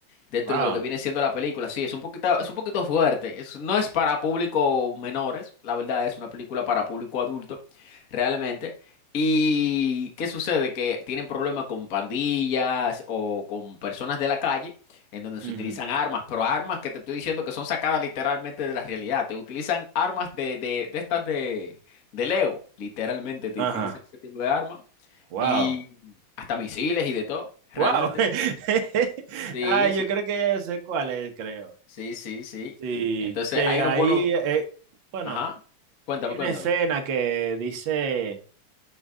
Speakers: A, on the left; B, on the right.
A: dentro
B: Wow.
A: de lo que viene siendo la película. Sí, es un poquito, es un poquito fuerte. Es- no es para público menores, la verdad es una película para público adulto, realmente. ¿Y qué sucede? Que tienen problemas con pandillas o con personas de la calle, en donde se
B: Ujú.
A: utilizan armas, pero armas que te estoy diciendo que son sacadas literalmente de la realidad. Te utilizan armas de, de, de estas de de Lego, literalmente te
B: Ajá.
A: utilizan ese tipo de arma
B: Wow.
A: y hasta misiles y de todo, realmente.
B: Wow. <laughs>
A: Sí,
B: Ah, yo
A: sí,
B: creo que ya yo sé cuál es, creo.
A: sí, sí, sí.
B: Sí,
A: Entonces
B: que
A: hay unos
B: ahí,
A: buenos,
B: eh, bueno.
A: ajá, cuéntame,
B: Hay
A: cuéntame.
B: una escena que dice,